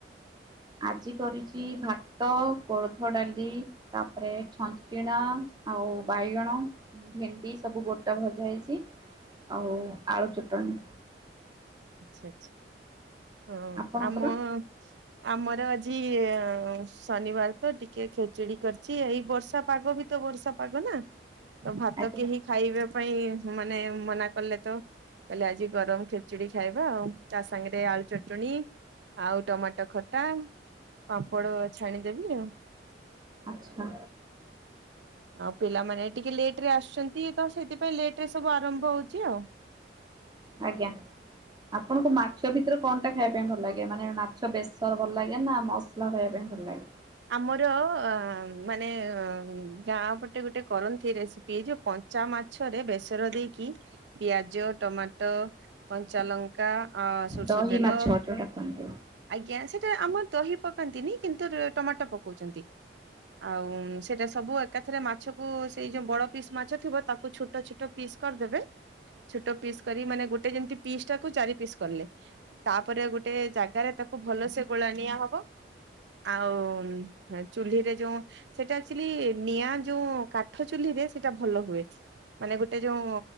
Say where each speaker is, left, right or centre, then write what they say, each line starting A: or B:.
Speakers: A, on the right (about 25°); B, on the right (about 75°).
A: ଆଜି କରିଛି ଭାତ, କୋଳଥ ଡାଲି ତାପରେ ଛଞ୍ଚିଣା ଆଉ ଆଉ ବାଇଗଣ, ଭେଣ୍ଡି ସବୁ ଗୋଟା ଭଜା ହେଇଛି। ଆଉ ଆଳୁ ଚଟଣି।
B: ଆଛା ଆଛା ହଁ
A: ଆପଣଙ୍କର?
B: ଆମ ଆମର ଆଜି ଶନିବାର ତ ଟିକେ ଖେଚୁଡି କରିଛି, ଏଇ ବର୍ଷା ପାଗ ବି ତ ବର୍ଷା ପାଗ ନା? ତ ଭାତ
A: ଆଜ୍ଞା
B: କେହି ଖାଇବା ପାଇଁ ମାନେ ମନା କଲେ ତ କହିଲେ ଆଜି ଗରମ ଖିଚିଡି। ତା ସାଙ୍ଗରେ ଆଳୁ ଚଟଣି ଆଉ ଟମାଟୋ ଖଟା। ପାମ୍ପଡ ଛାଣିଦେବି ଆଉ।
A: ଆଚ୍ଛା।
B: ଆଉ ପିଲାମାନେ ଟିକେ ଲେଟ ରେ ଆସୁଛନ୍ତି ତ ସେଥିପାଇଁ ଲେଟ ରେ ସବୁ ଆରମ୍ଭ ହଉଛି ଆଉ।
A: ଆଜ୍ଞା। ଆପଣଙ୍କୁ ମାଛ ଭିତରେ କଣଟା ଖାଇବା ପାଇଁ ଭଲ ଲାଗେ ମାନେ ମାଛ ବେସର ଭଲ ଲାଗେ ନା ମସଲା ଖାଇବା ପାଇଁ ଭଲ ଲାଗେ?
B: ଆମର ଅ ମାନେ ଅ ଗାଁ ପଟେ ଗୋଟେ କରନ୍ତି ରେସିପି ଯୋଉ ପ କଞ୍ଚା ମାଛରେ ବେସର ଦେଇକି ପିଆଜ, ଟମାଟୋ, କଞ୍ଚାଲଙ୍କା ଅଁ ସୋରିଷ
A: ଦହି
B: ତେଲ
A: ମାଛ ଯୋଉଟା କୁହନ୍ତି।
B: ଆଜ୍ଞା ସେ ଆମର ଦହି ପକାନ୍ତିନି କିନ୍ତୁ ଟମାଟୋ ପକଉଛନ୍ତି, ଆଉ ସେଟା ସବୁ ଏକାଥରେ ମାଛକୁ ସେଇ ଯୋଉ ବଡ ପିସ୍ ମାଛ ଥିବ ତାକୁ ଛୋଟ ଛୋଟ ପିସ୍ କରିଦେବେ। ଛୋଟ ପିସ୍ କରି ମାନେ ଗୋଟେ ଯେମତି ପିସ୍ ଟାକୁ ଚାରି ପିସ୍ କଲେ, ତାପରେ ଗୋଟେ ଜାଗାରେ ତା ତାକୁ ଭଲସେ ଗୋଳା ନିଆ ହବ, ଆ ଆଉ ଚୁଲିରେ ଯୋଉ ସେଟା ଆକଚୁଆଲି ନିଆଁ ଯୋଉ କାଠ ଚୁଲି ରେ ସେଇଟା ଭଲ ହୁଏ। ମାନେ ଗୋଟେ ଯୋଉ